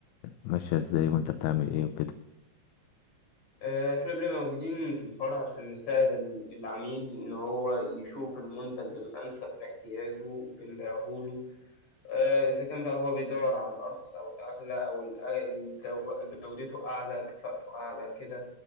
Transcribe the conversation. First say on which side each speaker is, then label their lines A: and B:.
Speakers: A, on the left; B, on the left.
A: ماشيه ازاي وانت بتعمل ايه وكده
B: آه احنا بنبقى موجودين في الفرع عشان نساعد ال- العميل ان هو يشوف المنتج الانسب لاحتياجه وبنبيعه له آه اذا كان بقى هو بيدور على الارخص او الاغلى او الأ- الجو- جودته اعلى كفاءته اعلى كده